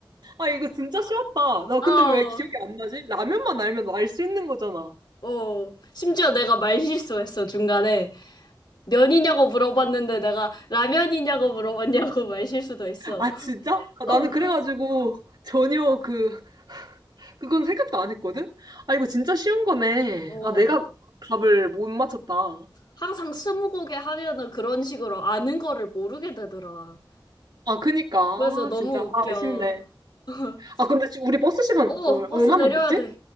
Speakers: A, on the right; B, on the left.
A: 아, 이거 진짜 쉬웠다. 나
B: 어,
A: 근데 왜 기억이 안 나지? 라면만 알면 알 수 있는 거잖아.
B: 어. 심지어 내가 말 실수했어, 중간에. 면이냐고 물어봤는데 내가 라면이냐고 물어봤냐고 <laughs> 말 실수도 했어.
A: 아, 진짜? 아,
B: 어,
A: 나는 그래가지고 전혀 그 그건 생각도 안 했거든? 아, 이거 진짜 쉬운 거네.
B: 어.
A: 아, 내가 답을 못 맞췄다.
B: 항상 스무고개 하면은 그런 식으로 아는 거를 모르게 되더라.
A: 아, 그니까.
B: 그래서 너무
A: 아, 진짜. 아,
B: 웃겨.
A: 아쉽네.
B: <laughs>
A: 아, 근데 지금 우리 버스 시간
B: 어,
A: 얼,
B: 버스
A: 마나
B: 내려야
A: 남았지?
B: 돼.